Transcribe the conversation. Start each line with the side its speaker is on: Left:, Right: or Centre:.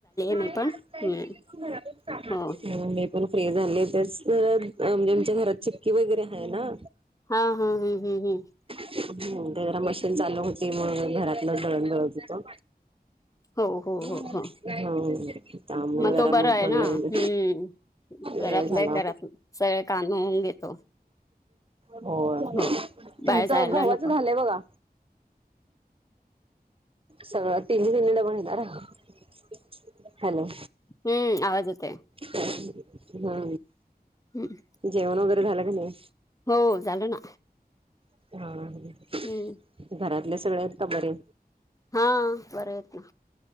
Right: नाही
Left: मी पण
Right: आज लाईट
Left: हम्म
Right: गेली म्हणून घरातच काम
Left: हो
Right: हाय.. मी. पण फ्री झाली तेच म्हणजे आमच्या घरात चिक्की वगैरे हाय ना.
Left: हा, हा, हं, हं, हं.
Right: हुं.. ते जरा मशीन चालू होती म्हणून घरातलं दळण दळत होतो.
Left: हो हो
Right: हां,
Left: हो हो
Right: त्यामुळे जरा
Left: तो बरा
Right: मग
Left: आहे
Right: म्हटलं
Left: ना हम्म.
Right: वेळ
Left: घरातलंय
Right: झाला.
Left: घरातलं सगळे काम होऊन घेतो
Right: होय,
Left: हो.
Right: तुमचं
Left: बाहेर जायला
Right: गव्हाचं
Left: नको
Right: झालंय बघा. सगळच. <unintelligible> हॅलो.
Left: हूं.. आवाज येतंय.
Right: हा.
Left: हं..
Right: जेवण वगैरे झालं का नाही?
Left: हो झालं ना.
Right: हा.
Left: हं...
Right: घरातले सगळे आहेत का बरे?.
Left: हा, बरे आहेत ना.